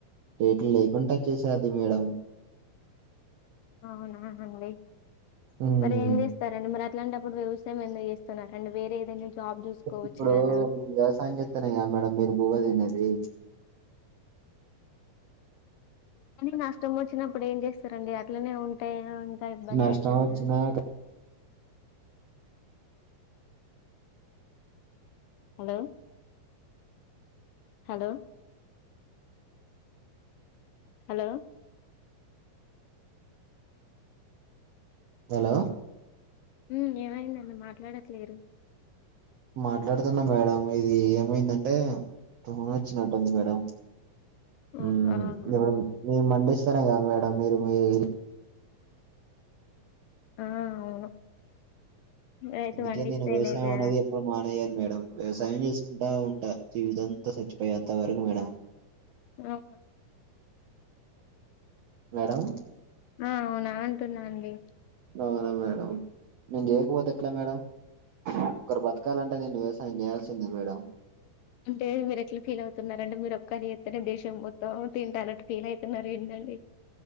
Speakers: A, on the right; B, on the left.
A: రేట్లు లేకుంటా చేసాది మేడం
B: అవునా అండి
A: ఉమ్,
B: మరి ఏం చేస్తారండి మరి అ అట్లాంటప్పుడు వ్యవసాయం ఎందుకు చేస్తున్నారండి వేరే ఏదైనా జాబ్ చూసుకోవచ్చు
A: ఇప్పుడు
B: కదా
A: వ్యవసాయం జేతేనే గదా మేడం మీరు బు వ్వ తినేది
B: కానీ నష్టం వచ్చినప్పుడు ఏం జేస్తారండి అట్లనే ఉంటే ఇంక ఇబ్బంది
A: నష్టం
B: ఐతది
A: వచ్చినా
B: గద హలో హలో హలో
A: హలో
B: ఉమ్ ఏమైదండి మాట్లాడట్లేరు
A: మాట్లాడుతున్నా మేడం ఇది ఏమైందంటే టోన్ వచ్చినట్టుంది మేడం
B: ఓహో
A: ఉమ్
B: అవునా
A: ఇపుడు మేం పండిస్తేనే గదా మేడం మీరు మీ ఇ
B: ఆ అవును రైతు
A: అందుకే
B: పండిస్తేనే
A: నేను వ్యవసయం
B: కదా
A: అనేది ఎప్పుడు మానేయను మేడం వ్యవసాయం చేసుకుంటా ఉంటా జీవితంతా సచ్చిపోయే అంత వరకు మేడం
B: అవునా
A: మేడం
B: అ అవునా అంటున్నా అండి
A: అవునా మేడం నేను జేయకపోతే ఎట్లా మేడం ఒకరు బతకాలంటే నేను వ్యవసాయం జేయాల్సిందే మేడం
B: అంటే మీరేట్లా ఫీల్ అవుతున్నారండి మీరు ఒకరు జెతేనే దేశం మొత్తం తింట అన్నట్టు ఫీల్ అయితున్నారు ఏందండి